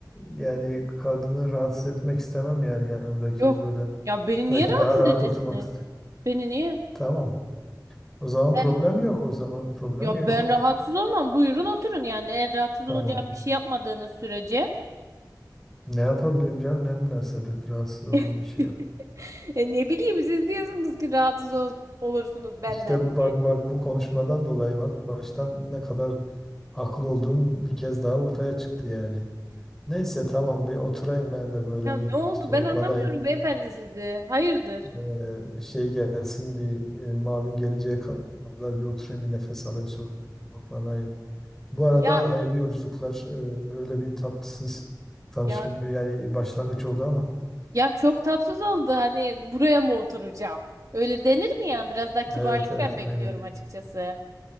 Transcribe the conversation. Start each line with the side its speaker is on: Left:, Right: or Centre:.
Centre: yani kadını rahatsız etmek istemem yani yanımdakini
Right: Yok.
Centre: böyle
Right: Ya beni
Centre: Belki
Right: niye rahatsız
Centre: daha rahat
Right: edesiniz?
Centre: oturmak ister.
Right: Beni niye?
Centre: Tamam. O zaman
Right: Ben
Centre: problem yok. O zaman problem
Right: ya
Centre: yok.
Right: ben rahatsız olmam. Buyurun oturun yani. Eğer rahatsız
Centre: Tamam.
Right: olacağım bir şey yapmadığınız sürece.
Centre: Ne yapabilirim canım? Ne münasebet rahatsız olduğum
Right: <laughs>
Centre: bir şey yap.
Right: E ne bileyim siz diyorsunuz ki rahatsız ol- olursunuz benden.
Centre: İşte bu- bak bak bu konuşmadan dolayı bak baştan ne kadar haklı olduğum bir kez daha ortaya çıktı yani. Neyse tamam bir oturayım ben de böyle
Right: Ya ne
Centre: bir
Right: oldu?
Centre: soluklanayım.
Right: Ben anlamıyorum beyefendi sizi. Hayırdır?
Centre: Ee, şey gelsin bir e, mavin gelinceye kadar bir oturayım bir nefes alayım soluklanayım. Bu arada
Right: Ya
Centre: hayırlı yolculuklar. Ee, Öyle bir tatsız tanışım
Right: ya
Centre: yani başlangıç oldu ama.
Right: ya çok tatsız oldu. Hani buraya mı oturacağım? Öyle denir mi yani? Biraz daha kibarlık
Centre: Evet evet
Right: ben
Centre: aynen.
Right: bekliyorum açıkçası.